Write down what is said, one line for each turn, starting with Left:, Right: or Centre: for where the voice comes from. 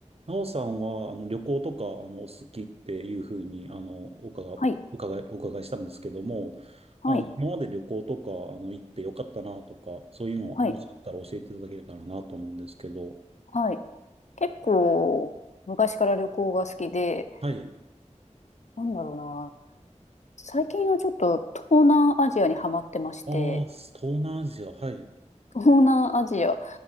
Right: なおさんは、あの、旅行とか、あの、お好きっていうふうに、あの、お伺い、
Left: はい、
Right: 伺い、お伺いしたんですけども、
Left: はい、
Right: あの、今まで旅行とか、あの、行ってよかったなとか、そういうのをもしあったら教えていただけたらなと思うんですけど、
Left: はい、はい。結構、昔から旅行が好きで、
Right: はい。
Left: なんだろうな。最近はちょっと東南アジアにハマってまして、
Right: ああ、東南アジア、はい。
Left: 東南アジア